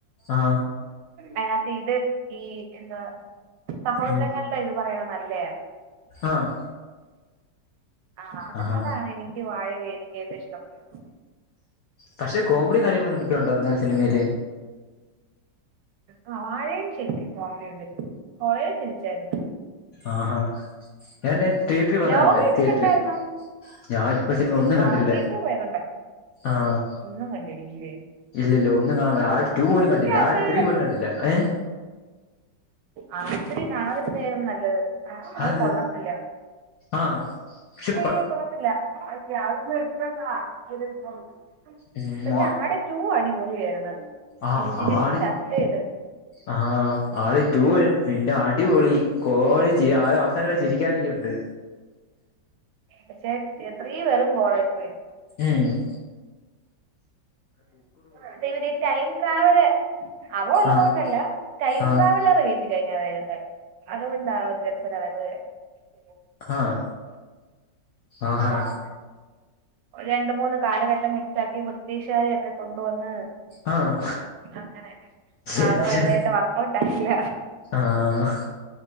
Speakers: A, on the left (about 75°); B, on the right (about 80°).
A: ആഹ്
B: അയ്നകത്ത് ഇത് ഈ എന്താ സഹോദരങ്ങള
A: ഉം
B: <unintelligible>
A: ആഹ്
B: ആഹ്
A: ആഹാ
B: അതാണ് എനിക്ക് വാഴയിൽ എനിക്ക് ഏറ്റവും ഇഷ്ടപ്പെട്ടത്.
A: പഷെ കോമഡിയും കാര്യങ്ങളും എങ്ങനൊക്കെയുണ്ടോ എന്താലും സിനിമയില്.
B: ആ വാഴയും ശരിക്കും കോഴ കൊറേ ചിരിച്ചായിരുന്നു.
A: ആഹ് ഹാ ഞാൻ തിയറ്ററി പോന്നാ
B: ലോകയൊക്കെ
A: കണ്ടേ തിയേറ്ററി
B: കണ്ടായിരുന്നോ
A: ഞാൻ ഇപ്പ സിനിമ ഒന്നും കണ്ടില്ല
B: ആ തിയേറ്ററിൽ പോയതുണ്ട്
A: ആഹ്.
B: ഒന്നും കണ്ടിട്ടില്ലേ?
A: ഇല്ല ഇല്ല ഒന്നും കാണാൻ പോയില്ല ആട് ടു പോലും കണ്ടില്ല
B: അകത്ത്
A: ആട് ത്രീ പോലും കണ്ടില്ല ഏഹ്.
B: ആട് ത്രീ കാണാതിരുന്നതായിരുന്നു നല്ലത് അത്
A: അതെന്ത്
B: കൊള്ളത്തില്ല.
A: ആഹ് ക്ഷിപ്പ
B: അയ്യേ കൊള്ളത്തില്ല <unintelligible>
A: ഉം
B: പക്ഷെ ആട് ടൂ അടിപൊളിയായിരുന്ന്
A: ആഹ്
B: ചിരിച്ച്
A: ആട്
B: ചിരിച്ച ചത്ത് ചെയ്ത്.
A: ആഹ് ആട് ടു അയ് പിന്നെ അടിപൊളി കോമടി ചരി ആ അവസാനം വരെ ചിരിക്കാന്നൊക്കെയുണ്ട്.
B: പക്ഷെ ത്രീ വെറും ബോറായി പോയി.
A: ഏഹ്.
B: അത് ഇവര് ടൈം ട്രാവൽ. അവ ഉള്ളത്
A: ആഹ്
B: ഒന്നുല്ല ടൈം
A: ആഹ്
B: ട്രാവലർ കഴിഞ്ഞ വെ അതുകൊണ്ടാ <unintelligible> <inaudible>
A: ആഹ്. ആഹാ
B: ആഹ്. രണ്ട് മൂന്ന് കാലഘട്ടം മിക്സാക്കി ബ്രിട്ടീഷുകാരെയൊക്കെ കൊണ്ടുന്ന്.
A: ആഹ്
B: അങ്ങനെ ആ
A: എന്തിനാ
B: അത് വലിയായിട്ട് വർകൗട്ട് ആയില്ല.
A: ആഹ്